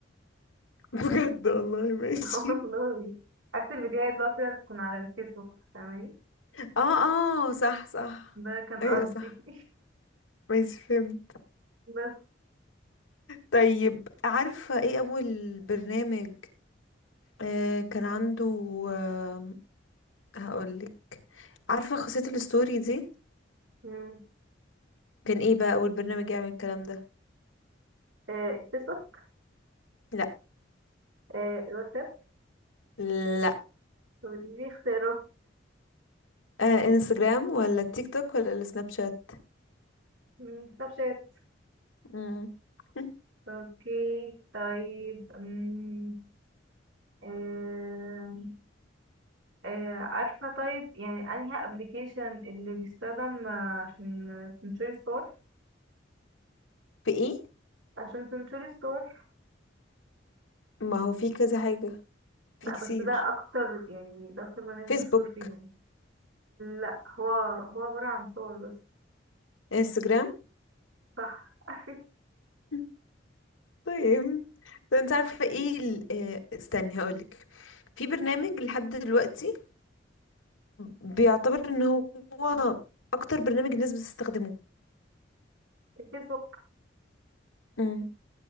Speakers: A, on the left; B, on the right.
A: <laughs> بجد والله ماشي
B: <laughs> والله عكس الفيديوهات بقى طلعت تكون على الفيسبوك فاهماني
A: اه اه صح صح
B: ده كان
A: ايوه
B: قصدي
A: صح ماشي فهمت
B: <laughs> بس
A: طيب عارفة ايه اول برنامج آه كان عنده آه هقولك عارفة خاصية الستوري دي
B: مم.
A: كان ايه بقى اول برنامج يعمل الكلام ده
B: آه، الفيسبوك
A: لا
B: آه، الواتساب
A: لا
B: دي اختيارات
A: آه انستجرام ولا تيك توك ولا السناب شات
B: مم، سناب شات
A: مم. <laughs>
B: اوكي طيب مم، آه، آه، عارفة طيب يعني انهي ابلكيشن اللي بيستخدم آه، عشان تنشري الصور
A: في ايه
B: عشان تنشري الصور
A: ما هو في كذا حاجة في
B: لا
A: كتير
B: بس ده اكتر يعني ده اكتر برنامج
A: فيسبوك
B: مشهور فيهم لا هو هو عبارة عن صور بس
A: انستجرام
B: صح <laughs>
A: <laughs> طيب ده انت عارفة ايه ال... آه، استني هقولك في برنامج لحد دلوقتي بيعتبر ان هو اكتر برنامج الناس بتستخدمه
B: الفيسبوك
A: امم